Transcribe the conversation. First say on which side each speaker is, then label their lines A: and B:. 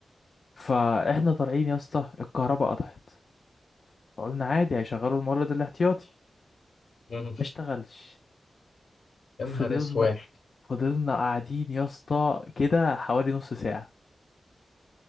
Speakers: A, on the left (about 45°); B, on the left (about 65°).
A: فاحنا طالعين يا اسطى الكهرباء قطعت فقلنا عادي هيشغلوا المولد الاحتياطي
B: مم.
A: ما اشتغلش
B: يا
A: فضلنا
B: نهار اسود
A: فضلنا قاعدين يا اسطى كده حوالي نص ساعة